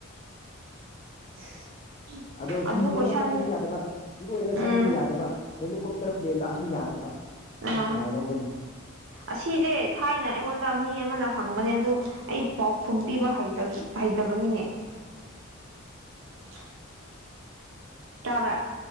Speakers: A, on the right (about 65°); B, on the left (about 30°).
A: <unintelligible>
B: ꯑꯗꯣ
A: ꯑꯗꯨ
B: ꯍꯤ ꯇꯣꯡꯉꯒ
A: ꯀꯣꯏꯁꯟ
B: ꯆꯪꯕꯁꯨ ꯌꯥꯗꯕ ꯏꯔꯣꯏꯔꯒ
A: ꯎꯝ
B: ꯆꯪꯕꯁꯨ ꯌꯥꯗꯕ ꯍꯦꯂꯤꯀꯣꯞꯇꯔ ꯄ꯭ꯂꯦꯟ ꯂꯥꯛꯑꯁꯨ ꯌꯥꯗꯕ
A: ꯑꯥ
B: ꯅꯪ ꯀꯃꯥꯏꯅ ꯂꯧꯒꯅꯤ
A: ꯑꯁꯤꯁꯦ ꯊꯥꯏꯅ ꯑꯩꯉꯣꯟꯗ ꯃꯤ ꯑꯃꯅ ꯐꯪꯕꯅꯦ ꯑꯗꯨ ꯑꯩ ꯄꯥꯎꯈꯨꯝ ꯄꯤꯕ ꯍꯩꯇꯕꯅꯤꯅꯦ <unintelligible> ꯇꯥꯕ꯭ꯔ